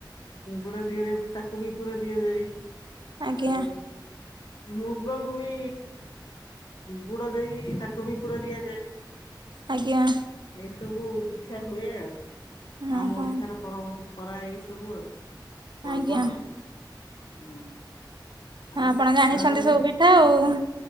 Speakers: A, on the left (about 70°); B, on the right (about 70°).
A: ଗୁଡ଼ା ଦିହରେ ତାକୁ ବି ପୁରା ଦିଆଯାଏ।
B: ଆଜ୍ଞା।
A: ଆଉ ମୁଗକୁ ବି ଗୁଡ ଦେଇ ତାକୁ ବି ପୁର ଦିଆଯାଏ।
B: ଆଜ୍ଞା।
A: ଏଇ ସବୁ ପିଠା ହୁଏ ଆଉ। ଆମ
B: ଓହୋ।
A: ଓଡିଶାର ପରମ୍ପରା ଏଇ ସବୁ ଆଉ। ପର୍ବ
B: ଆଜ୍ଞା।
A: ହୁଁ ଆଉ
B: ଆପଣ ଜାଣିଛନ୍ତି
A: ଆଉ
B: ସବୁ ପିଠା ଆଉ।